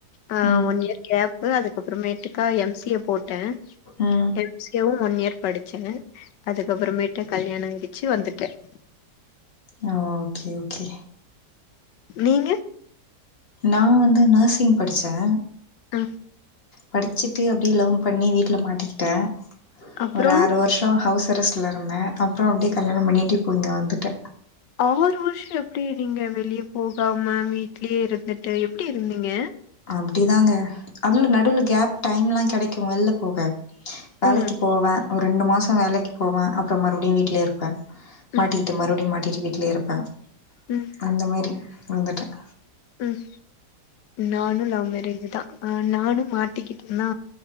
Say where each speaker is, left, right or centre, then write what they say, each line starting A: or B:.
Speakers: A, on the left; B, on the left.
A: ஹ
B: ம்
A: ஒன் இயர் கேப்பு அதுக்கு அப்பறமேட்டுக்கா எம் சி யே போட்டேன்
B: ம்
A: எம் சி யே வும் ஒன் இயர் படிச்சேன் அதுக்கு அப்பறமேட்டு கல்யாணம் ஆயிடுச்சு வந்துட்டேன்
B: ஹ ஓகே ஓகே
A: நீங்க
B: நான் வந்து நெர்சிங் படிச்சேன்
A: ம்
B: படிச்சுட்டு அப்டியே லவ் பண்ணி வீட்ல மாட்டிக்கிட்டேன்
A: அப்புறம்
B: ஒரு ஆறு வருஷம் அப்றோ ஹவுஸ் அரஸ்டிலா இருந்தேன் அப்றோ அப்டியே கல்யாண பண்ணிட்டு இப்ப இந்த வந்துட்ட
A: ஆறு வருஷம் எப்டி நீங்க வெளியே போகாம வீட்லயே இருந்துட்டு எப்டி இருந்தீங்க
B: அப்டிதாங்கே அதுல நடுவுல கேப் டைம்லாம் கிடைக்கும் வெள்ல போக வேலைக்கு
A: ம்,
B: போவேன் ஒரு ரெண்டு மாசம் வேலைக்கு போவேன் அப்பறம் மறுபடியும் வீட்லே இருப்பேன்
A: ம்,
B: மாட்டிக்கிட்டு மறுபடியும் மாட்டிட்டு வீட்டிலயே இருப்பேன்
A: ம்,
B: அந்த மாரி இர்ந்துட்டேன்
A: ம் நானும் லவ் மேரேஜ் தான் ஆ நானும் மாட்டிக்கிட்டனா